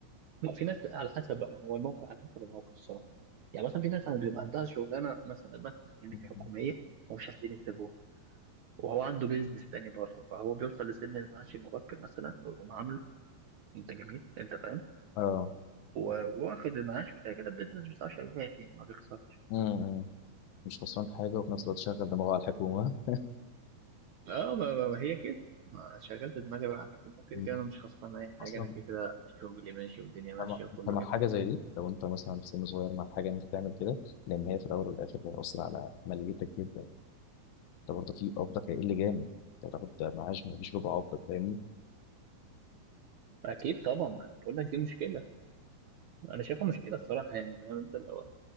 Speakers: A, on the right (about 70°); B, on the left (about 80°).
A: لا في ناس على حسب بقى ما هو الموقف على حسب الموقف الصراحة يعني مثلا في ناس عن- بيبقى عندها شغلانة مثلا مثلا يعني
B: <laughs>
A: حكومية ومش عايزين يسيبوها وهو عنده بيزنس تاني بره فهو بيوصل لسن المعاش المبكر مثلا ويقوم عامله انت جميل انت فاهم
B: اه
A: و- وواخد المعاش وكده كده البيزنس بتاعه شغال يعني ما بيخسرش
B: امم مش خسران حاجه وفي نفس الوقت شغل دماغه على الحكومه
A: اه ما ما- ما هي كده ما شغلت دماغي بقى على الحكومة كده
B: <laughs> مم.
A: كده انا مش خسران اي حاجه
B: اصلا
A: انا كده كده شغلي ماشي والدنيا ماشيه
B: مع
A: وكله
B: مع
A: جميل
B: حاجه زي دي لو انت مثلا في سن صغير مع حاجه إن انت تعمل كده لان هي في الاول والاخر هتاثر على ماليتك جدا انت برضه في قبضك هيقل جامد انت هتاخد معاش مفيش ربع قبضك فاهمني
A: اكيد طبعا أنا بقول لك دي مشكله انا شايفها مشكله الصراحه يعني فاهم انت الاول